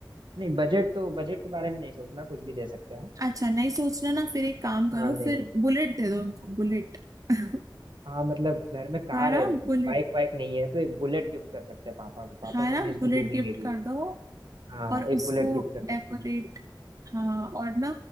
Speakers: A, on the right; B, on the right.
A: नहीं बजट तो बजट के बारे में नहीं सोचना कुछ भी दे सकते हैं
B: अच्छा नहीं सोचना ना फिर एक काम करो
A: हाँ नहीं
B: फिर
A: नहीं
B: बुलेट दे दो उनको बुलेट <laughs>
A: हाँ मतलब घर में कार
B: हाँ ना
A: है
B: बुलेट
A: बाइक वाइक नहीं है तो एक बुलेट गिफ्ट कर सकते हैं पापा को पापा
B: हाँ
A: मम्मी
B: ना
A: उस
B: बुलेट
A: पर घूमेंगे
B: गिफ्ट
A: भी
B: <laughs> कर दो
A: हाँ
B: और उसको
A: एक बुलेट गिफ्ट कर सकती
B: डेकोरेट
A: हैं
B: हाँ और ना